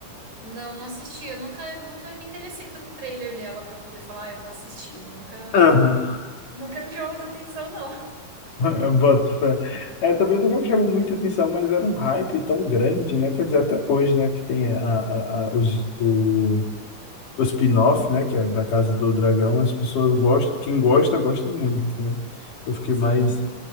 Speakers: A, on the right; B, on the left.
A: Não, não assisti. Eu nunca, nunca me interessei pelo trailer dela pra poder falar, ah, eu vou assistir. Nunca,
B: Aham. <laughs>
A: nunca me chamou muita atenção, não.
B: Eu boto fé. É, também nunca me chamou muita atenção, mas era um hype tão grande, né? Quer dizer, até hoje, né? Que tem a, a, a, os, o o spin-off, né, que é da Casa do Dragão, as pessoas gostam, quem gosta, gosta muito, né? Eu fiquei
A: Sim.
B: mais